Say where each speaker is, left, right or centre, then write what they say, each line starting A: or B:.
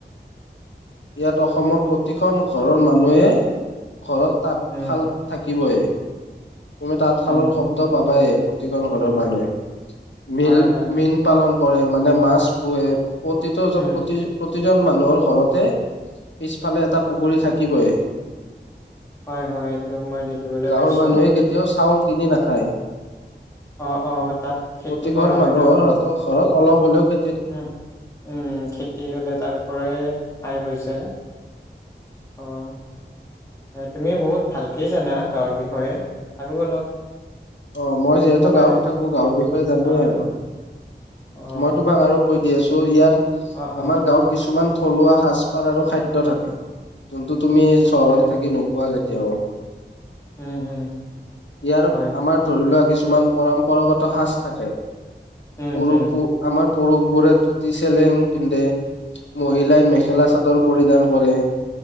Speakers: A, on the left; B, on the left.
A: ইয়াত অসমৰ প্ৰতিখন ঘৰৰ মানুহে ঘৰত তাঁতশাল
B: উম,
A: থাকি থাকিবয়ে। তুমি তাঁতশালৰ
B: উম,
A: শব্দ পাবায়ে প্ৰতিখন ঘৰৰ মানুহে মীল-মীন
B: হয় হয়
A: পালন কৰে, মানে মাছ পোহে। প্ৰতিটো
B: উম,
A: প্ৰতি-প্ৰত প্ৰতিজন মানুহৰ ঘৰতে পিছফালে এটা পুখুৰী থাকিবই।
B: হয় হয় এইটো মই দেখিবলৈ
A: গাঁৱৰ
B: পাইছো
A: মানুহে কেতিয়াও চাউল কিনি নাখায়।
B: অ', অ', তাত খেতি
A: প্ৰতিঘৰ
B: কৰা হয়
A: মানুহৰ
B: ন
A: হাতত ঘৰত অলপ হ'লেও খে
B: উম, উম, খেতি হ'লে তাৰ পৰাই আয় হৈ যায়। অ হয়, তুমি বহুত ভালকে জানা গাঁৱৰ বিষয়ে আৰু অলপ
A: অ মই যিহেতু
B: ক'বা
A: গাঁৱত
B: নেকি?
A: থাকো গাঁৱৰ বিষয়ে জানোৱেই
B: অ',
A: আৰু।
B: অ',
A: মই তোমাক আৰু কৈ দি আছো ইয়াৰ
B: অ',
A: আমাৰ
B: অ',
A: গাঁৱৰ কিছুমান থলুৱা সাজ পাৰ আৰু খাদ্য থাকে যোনটো তুমি চহৰত
B: উম,
A: থাকি নোপোৱা কেতিয়াও,
B: উম, হুম,
A: ইয়াৰ
B: হয়,
A: আমাৰ ধৰি লোৱা কিছু কিছুমান পৰম্পৰাগত সাজ থাকে
B: উম,
A: পৰু
B: হুম,
A: পো আমাৰ পুৰুষ বোৰে ধুতি চেলেং পিন্ধে, মহিলাই
B: উম,
A: মেখেলা চাদৰ পৰিধান কৰে,